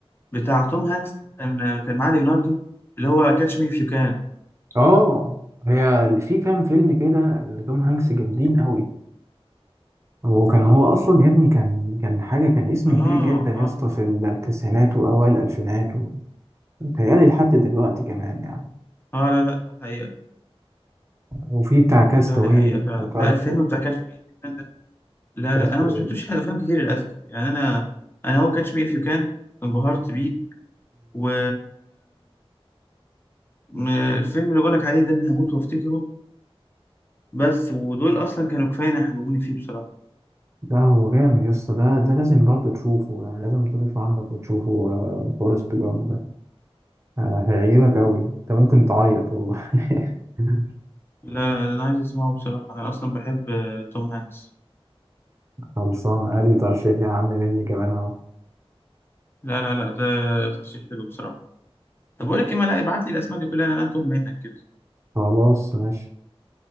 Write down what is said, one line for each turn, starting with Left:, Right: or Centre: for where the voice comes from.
Left: بتاع توم هانكس كان كان معاه ليوناردو اللي هو كاتش مي اف يو كان
Right: آه هي في كام فيلم كده لتوم هانكس جامدين قوي وكان هو أصلا يا ابني كان كان حاجة كان اسم
Left: اه
Right: كبير جدا يا
Left: اه
Right: اسطى في التسعينات وأوائل الألفينات و- متهيألي لحد دلوقتي كمان يعني
Left: اه لا لا ده حقيقة
Right: وفي بتاع كاستاوي
Left: لا دي حقيقة فعلا
Right: لو تعرف
Left: لا الفيلم بتاع كاتش مي اف يو كان ده لا
Right: كاستاوي
Left: لا انا ما سمعتوش حاجة افلام كتير للاسف يعني انا انا هو كاتش مي اف يو كان انبهرت بيه و م- الفيلم اللي بقولك عليه ده اللي هموت وافتكره بس ودول اصلا كانوا كفايه إن يحببوني فيه بصراحة
Right: لا هو جامد يا اسطى ده ده لازم برضه تشوفه يعني لازم تضيفه عندك وتشوفه آه، فورست جامب ده آه، هيعجبك قوي انت ممكن تعيط والله <laughs>
Left: لا لا انا عايز اسمعه بصراحة انا اصلا بحب آه، توم هانكس
Right: خلصان ادي ترشيح يا عم مني كمان اهو
Left: لا لا لا ده ترشيح حلو بصراحة طب بقول لك ايه ما لا ابعت لي الاسماء دي كلها لأن انا هتوه منك كده
Right: خلاص ماشي